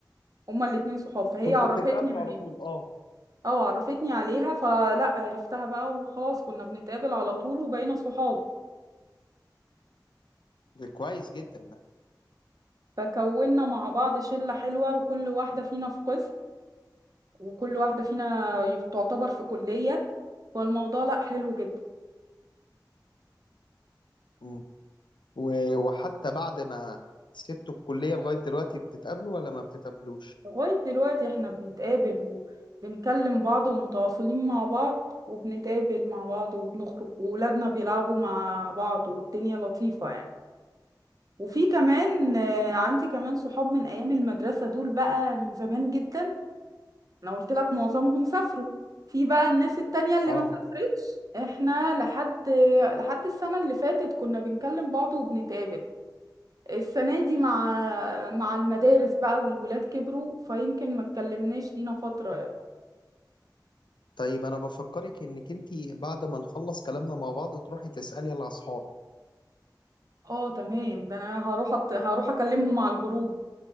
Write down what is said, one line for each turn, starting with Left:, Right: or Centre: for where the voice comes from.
Right: هما الاتنين صحاب فهي
Left: كنتوا
Right: عرفتني
Left: بتتقابلوا
Right: عليهم
Left: على طول اه
Right: اه عرفتني عليها فلا عرفتها بقى وخلاص كنا بنتقابل على طول وبقينا صحاب
Left: ده كويس جدا ده
Right: فكونا مع بعض شلة حلوة وكل واحدة فينا في قسم وكل واحدة فينا تعتبر في كلية فالموضوع لا حلو جدا
Left: مم. و- وحتى بعد ما سبتوا الكليه لغايه دلوقتي بتتقابلوا ولا ما بتتقابلوش
Right: لغاية دلوقتي احنا بنتقابل وبنكلم بعض ومتواصلين مع بعض وبنتقابل مع بعض وبنخرج وولادنا بيلعبوا مع بعض والدنيا لطيفة يعني وفي كمان آه، عندي كمان صحاب من أيام المدرسة دول بقى من زمان جدا انا قلت لك معظمهم سافروا في بقى الناس التانية اللي
Left: اه
Right: ما سافرتش احنا لحد لحد السنة اللي فاتت كنا بنكلم بعض وبنتقابل السنة دي مع مع المدارس بقى والولاد كبروا فيمكن ما اتكلمناش لينا فترة يعني
Left: طيب انا بفكرك انك انتي بعد ما نخلص كلامنا مع بعض تروحي تسالي على اصحابك
Right: اه تمام ده انا هروح أط... هروح اكلمهم على الجروب